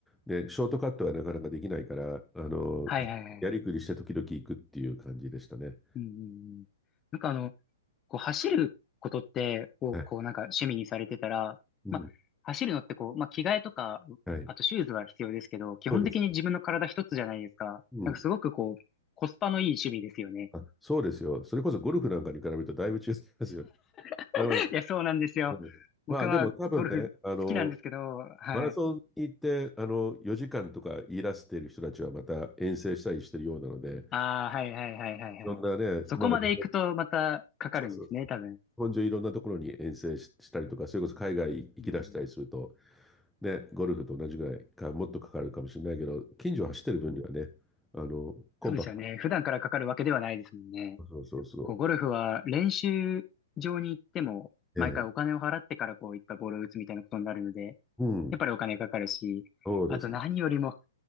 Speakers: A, in the centre; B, on the left.
A: ね、ショートカットはなかなかできないから、あの、
B: はいはいはいはい。
A: やりくりして時々行くっていう感じでしたね。
B: うんうんうん。なんかあの、こう走ることってを、
A: はい。
B: こうなんか趣味にされてたら、
A: うん。
B: まあ、走るのってこう、まあ、着替えとか、
A: はい。
B: あとシューズは必要ですけど、基本的に自分の体一つじゃないですか。
A: そうです。うん。
B: なんかすごくこう、コスパのいい趣味ですよね。
A: あ、そうですよ。それこそゴルフなんかに比べるとだいぶ違いますよ。
B: <laughs>
A: あの、
B: いや、そうなんですよ。
A: うんまあでも多分ね、
B: 僕はゴルフ好きなんですけど、
A: あの、
B: はい。
A: マラソンに行って、あの、4時間とか言い出している人たちはまた遠征したりしてるようなので、
B: ああ、はいはいはいはいはい。
A: そんなね、
B: そこまで行くとまたかかるんですね、
A: まだ日本そうそうそう。
B: 多分。
A: 日本中いろんなところに遠征ししたりとか、それこそ海外行き出したりすると、
B: うん、
A: ね、ゴルフと同じぐらいか、もっとかかるかもしれないけど、近所を走ってる分にはね、あの、コンパク
B: そうですよね。普段からかかるわけではないですもんね。
A: ト。そうそうそ
B: こう、ゴルフは練習場に行っても、
A: う。
B: 毎回お金を払ってからこういったボールを打つみたいなことになるので、
A: ええ、うん、
B: やっぱりお金かかるし、
A: そうですね。
B: あと何よりも、